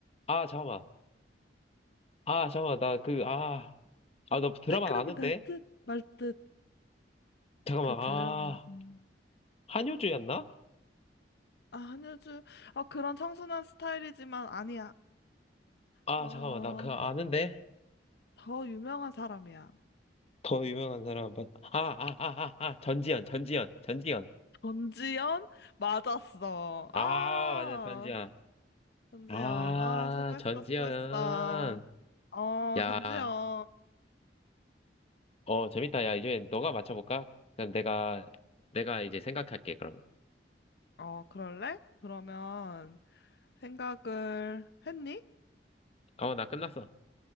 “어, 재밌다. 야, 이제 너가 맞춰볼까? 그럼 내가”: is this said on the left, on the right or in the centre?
Left